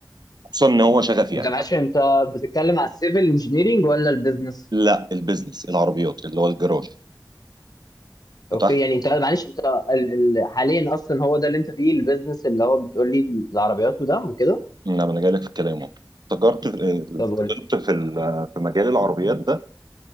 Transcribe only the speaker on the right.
خصوصا ان هو شغفي يعني
لا البيزنس العربيات اللي هو الجراج فتحت
لما انا انا جاي لك في الكلام اهو تجارت فضلت
في ال- في مجال العربيات ده